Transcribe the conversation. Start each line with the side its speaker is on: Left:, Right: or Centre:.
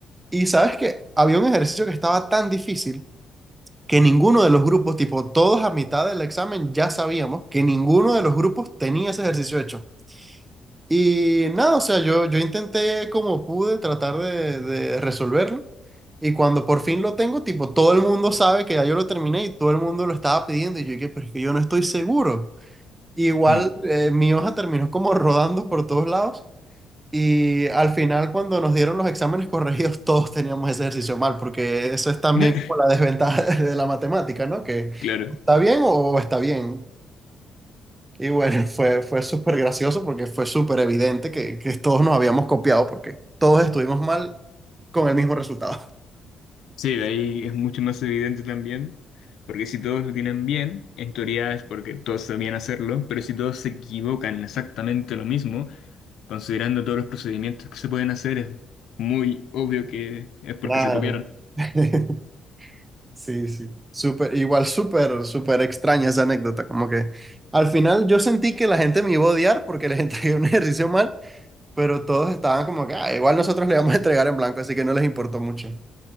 Right: Y sabes que había un ejercicio que estaba tan difícil que ninguno de los grupos, tipo todos a mitad del examen ya sabíamos que ninguno de los grupos tenía ese ejercicio hecho. Y nada, o sea, yo, yo intenté como pude tratar de, de resolverlo. Y cuando por fin lo tengo, tipo, todo el mundo sabe que ya yo lo terminé y todo el mundo lo estaba pidiendo. Y yo dije, pero es que yo no estoy seguro. Igual
Left: Mm.
Right: eh, mi hoja terminó como <laughs> rodando por todos lados. Y al final, cuando nos dieron los exámenes corregidos, <laughs> todos teníamos ese ejercicio mal, porque eso es también
Left: <laughs>
Right: como la desventaja <laughs> de la matemática, ¿no? Que
Left: Claro,
Right: está bien o está bien. Y bueno, <laughs> fue, fue súper gracioso porque fue súper evidente que, que todos nos habíamos copiado porque todos estuvimos mal con el mismo resultado.
Left: sí, de ahí es mucho más evidente también, porque si todos lo tienen bien, en teoría es porque todos sabían hacerlo, pero si todos se equivocan exactamente lo mismo, Considerando todos los procedimientos que se pueden hacer, es muy obvio que es porque
Right: Claro.
Left: se copiaron.
Right: <laughs> Sí, sí. Súper, igual súper, súper extraña esa anécdota. Como que al final yo sentí que la gente me iba a odiar porque les <laughs> entregué un ejercicio mal, pero todos estaban como que "Ah, igual nosotros le vamos a entregar en blanco, así que no les importó mucho.